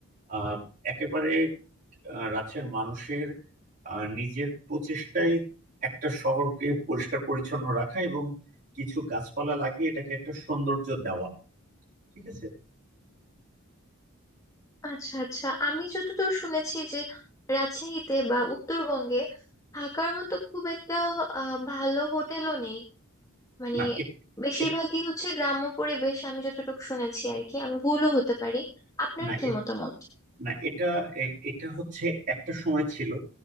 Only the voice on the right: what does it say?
আহ, একেবারে আহ, রাজ্যের মানুষের আহ, নিজের প্রচেষ্টায় একটা শহরকে পরিষ্কার পরিচ্ছন্ন রাখা এবং কিছু গাছপালা লাগিয়ে এটাকে একটা সৌন্দর্য দেওয়া ঠিক আছে
না এ-
এ-
না
এ-
না এটা এ- এটা হচ্ছে একটা সময় ছিল